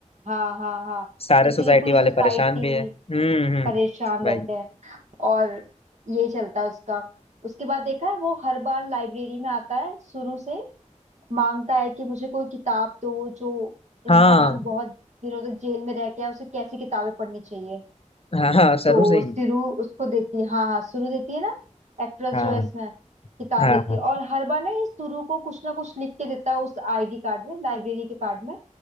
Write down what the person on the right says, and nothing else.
हाँ हाँ हाँ
इसीलिए
पूरी
सोसाइटी
परेशान
रहते हैं और यही चलता है उसका उसके बाद देखा है वो हर बार लाइब्रेरी में आता है शुरू से मांगता है कि मुझे कोई किताब दो जो इंसान
बहुत दिनों तक जेल में रह के आया, उसे कैसी किताबें पढ़नी चाहिए
तो
सिरु उसको देती है हाँ हाँ सुरु देती है ना एक्ट्रेस
जो है इसमें किताब
देती
है और हर बार ना ये सुरु को कुछ ना कुछ लिख के देता है उस आईडी कार्ड में लाइब्रेरी के कार्ड में